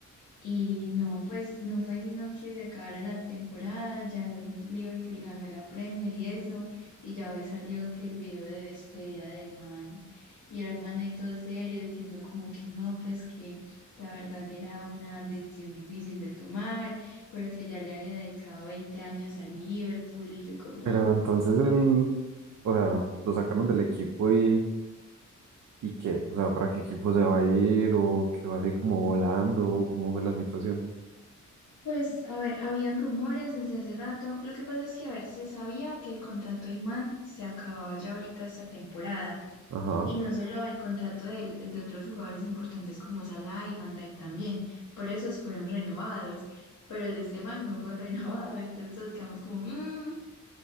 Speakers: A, on the left; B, on the right.
A: Y no, pues no fue sino que se acabara la temporada, ya el Liverpool ganó la Premier y eso, y ya hoy salió que el video de despedida del man, y era el man ahí todo serio diciendo como que no, pues que la verdad era una decisión difícil de tomar, pero que ya le había dedicado 20 años al Liverpool y yo como...
B: Pero entonces el, o sea, lo sacaron del equipo y, ¿y qué? O sea, ¿para qué equipo se va a ir? ¿O qué va así como volando? ¿O ¿Cómo fue la situación?
A: Pues, a ver, habían rumores desde hace rato. Lo que pasa es que, a ver, se sabía que el contrato del man se acababa ya ahorita esta temporada.
B: Ajá.
A: Y no solo el contrato de él, el de otros jugadores importantes como Salah y Van Dijk también, pero esos fueron renovados, pero el de este man no fue <laughs> renovado, entonces todos quedamos como, "Mm,